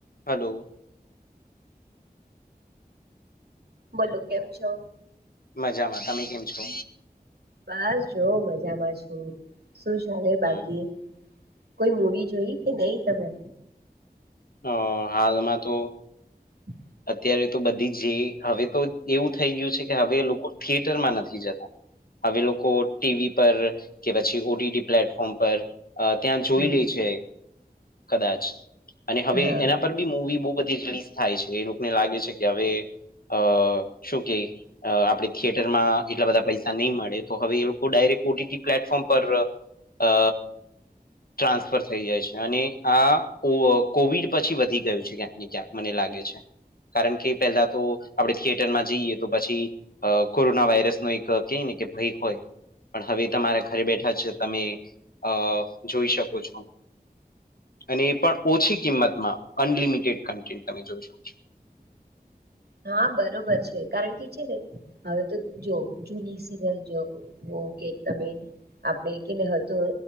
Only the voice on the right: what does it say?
બોલો, કેમ છો?
બસ, જોવ મજામાં છું. શું ચાલે
બાકી? કોઈ મુવી જોઈ કે નહીં તમે?
હમ.
હમ
હા
હા, બરોબર છે. કારણ કે છે ને હવે તો જો જૂની સિરિયલ જો, કે તમે? આપડે કે હવે તો